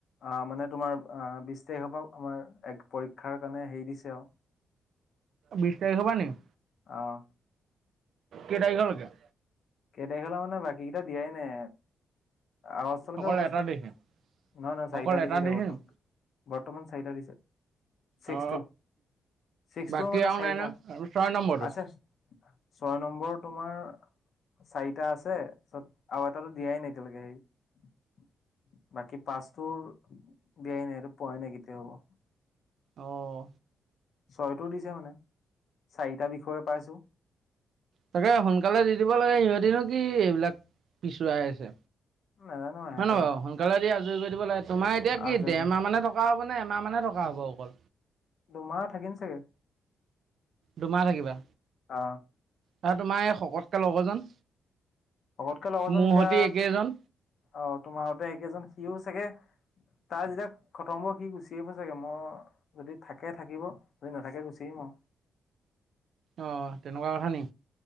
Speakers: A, on the left; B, on the right.
A: অহ মানে তোমাৰ আহ যে সপাও আমাৰ এক পৰীক্ষাৰ কাৰণে হেৰি দিছে আও
B: বিছ তাৰিখৰ পৰা নেকি?
A: অহ
B: কেই তাৰিখলৈকে?
A: কেই তাৰিখলৈকে মানে বাকী কেইটা দিয়াই নাই আগষ্ট লৈকে
B: অকল
A: হ'ব
B: এটা
A: চাগে।
B: তাৰিখে
A: নহয় -নহয় চাৰিটা
B: অকল
A: দিছে
B: এটা
A: এতিয়া
B: তাৰিখে
A: বৰ্তমান
B: নি
A: বৰ্তমান চাৰিটা দিছে। ছিক্সটো
B: অ
A: -ছিক্সটো
B: বাকী
A: মানে
B: আৰু
A: চাৰিটা
B: নাই ন ছয় নম্বৰটো
A: আছে ছয় নম্বৰ তোমাৰ চাৰিটা আছে তাৰ পাছত আৰু এটাতো দিয়াই নাই এতিয়ালৈকে সেই বাকী পাচটো দিয়াই নাই ইটো পোৱাই নাই কেতিয়া হ'ব।
B: অহ
A: ছয়টো দিছে মানে চাৰিটা বিষয়ে পাইছো।
B: তাকে সোনকালে দি দিব লাগে সিহঁতিনো কি এইবিলাক পিছুৱাই আছে।
A: নাজানো ইহঁতৰ
B: হয় নহ বাৰু সোনকালে দিয়া লৈ দিব লাগে তোমাৰ এতিয়া কি
A: আজৰি
B: দেৰ মাহ মানে থকা হ'ব নে এমাহ মানে থকা হ'ব অকল?
A: দুমাহ থাকিম চাগে।
B: দুমাহ থাকিবা?
A: অ
B: ত তোমাৰ এই শকতকে লগৰজন।
A: শকতকে লগৰজন
B: মোৰ
A: এতিয়া
B: সতি একেইজন
A: অহ তোমাৰ হতে একেইজন সিও চাগে তাৰ যেতিয়া খতম হ'ব সি গুচি আহিব চাগে মই যদি থাকে থাকিব যদি নাথাকে গুচি আহিম। আৰু
B: অহ, তেনেকুৱা কথা নি